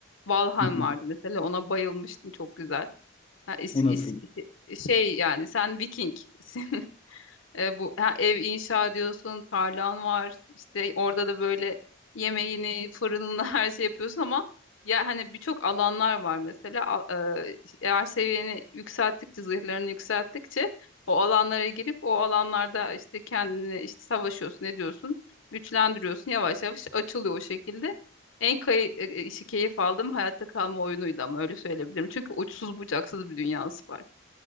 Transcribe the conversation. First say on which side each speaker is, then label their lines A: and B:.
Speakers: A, on the left; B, on the left.
A: Valheim
B: Hı hı.
A: vardı mesela ona bayılmıştım çok güzel. Ha, is-
B: O nasıl?
A: is- şey yani sen Viking <laughs> E, bu ha, ev inşa ediyorsun, tarlan var. işte orada da böyle yemeğini, fırınını <laughs> her şey yapıyorsun ama ya hani birçok alanlar var mesela. Al- e, eğer seviyeni yükselttikçe, zırhlarını yükselttikçe o alanlara girip o alanlarda işte kendini işte savaşıyorsun, ne diyorsun? Güçlendiriyorsun. Yavaş yavaş açılıyor o şekilde. En kay e, e, işi keyif aldığım hayatta kalma oyunuydu ama öyle söyleyebilirim. Çünkü uçsuz bucaksız bir dünyası var.